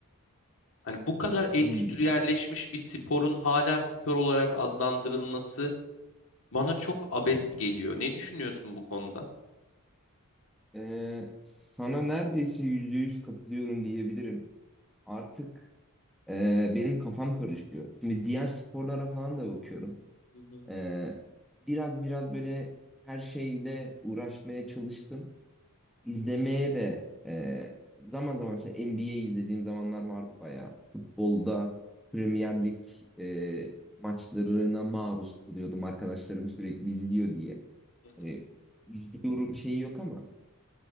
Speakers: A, on the left; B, in the centre.
A: Hani bu kadar endüstriyelleşmiş
B: Hmm.
A: bir sporun hala spor olarak adlandırılması bana çok abest geliyor. Ne düşünüyorsun bu konuda?
B: Ee, sana neredeyse yüzde yüz katılıyorum diyebilirim. Artık e, benim kafam karışıyor. Şimdi diğer sporlara falan da bakıyorum.
A: Hı hı,
B: Ee, biraz biraz böyle her şeyle uğraşmaya çalıştım. İzlemeye de e, zaman zaman mesela NBA izlediğim zamanlar vardı bayağı. Futbolda Premier Lig e, maçlarına maruz kalıyordum. Arkadaşlarım sürekli izliyor diye.
A: hı hı,
B: Hani izliyorum şeyi yok ama